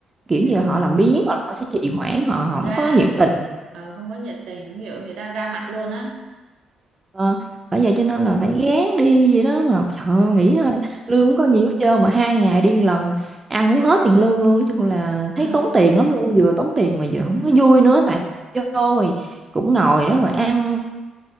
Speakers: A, on the right; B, on the right.
A: kiểu
B: ừ.
A: như
B: ừ.
A: họ làm biếng hoặc là họ sẽ trì hoãn họ không
B: ra
A: có nhiệt
B: kiểu
A: tình
B: ờ, không có nhiệt tình ví dụ người ta ra mặt luôn á
A: ờ, bởi vậy cho nên là phải gán đi vậy đó mà trời ơi, nghĩ thôi lương không có nhiều hết trơn mà hai ngày đi lần ăn uống hết tiền lương luôn nói chung là
B: ừ
A: thấy tốn tiền lắm luôn vừa tốn tiền mà vừa không
B: ừ
A: có vui nữa tại vô rồi cũng ngồi đó rồi ăn